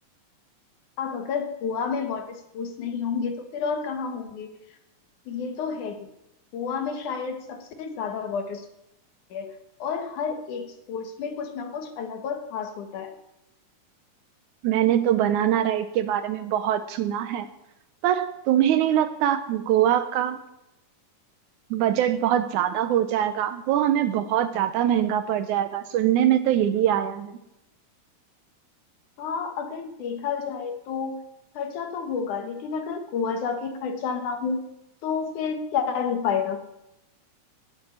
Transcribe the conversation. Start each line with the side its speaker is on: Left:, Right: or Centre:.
Left: अब अगर गोवा में वाटर स्पोर्ट्स नहीं होंगे तो फिर और कहाँ होंगे तो ये तो है ही गोवा में शायद सबसे ज्यादा वाटर स्पोर्ट्स है और हर एक स्पोर्ट्स में कुछ ना कुछ अलग और खास होता है
Right: मैंने तो बनाना राइड के बारे में बहुत सुना है पर तुम्हें नहीं लगता गोवा का बजट बहुत ज्यादा हो जाएगा वो हमें बहुत ज्यादा महंगा पड़ जाएगा सुनने में तो यही आया है
Left: हाँ अगर देखा जाए तो खर्चा तो होगा लेकिन अगर गोवा जाके खर्चा ना हो तो फिर क्या ही फायदा